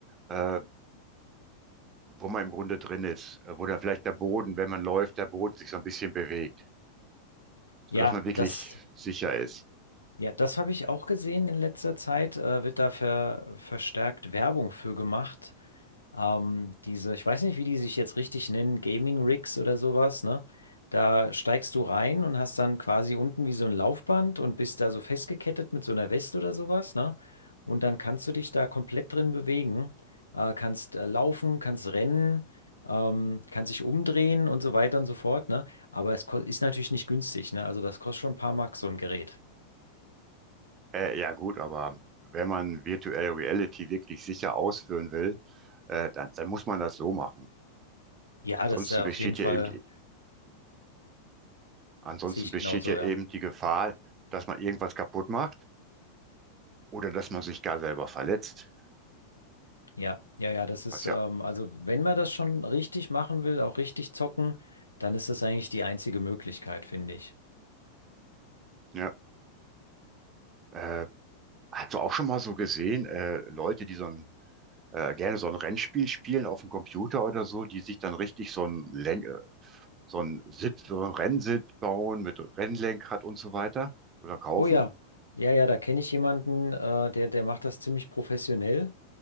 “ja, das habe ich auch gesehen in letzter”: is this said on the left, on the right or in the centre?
Left